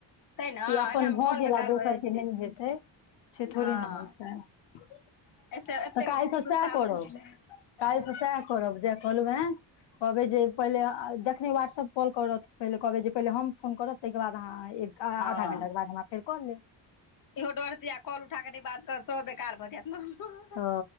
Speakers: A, on the left; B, on the left.
A: तै ने
B: कि अपन
A: एनामे
B: भऽ
A: कॉल
B: गेल
A: बेकार
B: आ दोसरके
A: भऽ जाइ
B: नहि
A: छै
B: हेतै से
A: हँ
B: थोड़े न होयत,
A: एहिसँ एतेक
B: तऽ काल्हि तऽ
A: गुस्सा
B: से करब।
A: उठल छलै
B: काल्हि तऽ सएह करब जे कहलहुँ, कहबै जे पहिले अखने व्हाट्सएप कॉल करत, पहले कहबै जे पहले हम फोन करब तही के बाद अहाँ एक आधा
A: हँ
B: घंटा के बाद हम अहाँ के फेर कऽ लेब।
A: इहो डरत आ कॉल उठा कऽ ने बात करतो बेकार भऽ जायत ने
B: ह